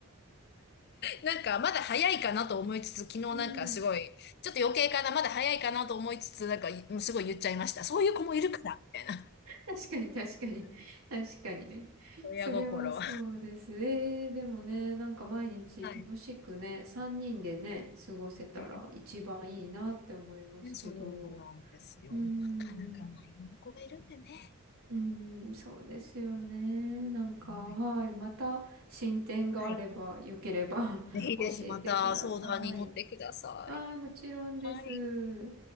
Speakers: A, on the left (about 50°); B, on the right (about 85°).
A: なんかまだ早いかなと思いつつ、昨日なんかすごい、
B: うん。
A: ちょっと余計かな、まだ早いかなと思いつつ、なんかもうすごい言っちゃいました。そういう子もいるから、みたいな。
B: 確かに、確かに。<laughs> 確かにね。
A: 親心。
B: それはそうです。
A: は
B: えー、でもね、なんか毎日楽しくね、
A: い。
B: 3人でね、過ごせたら一番いいなって思いますけど。
A: うんそうなんですよ。
B: うーん、
A: なかなかまあいろんな子がいるんでね。
B: うーん、そうですよね。なんか、
A: うん
B: はい、また進展があれば、
A: はい。
B: よければ
A: ぜひぜひまた相談に乗ってください。
B: <laughs> 教えてください。ああ、もちろんです。
A: はい。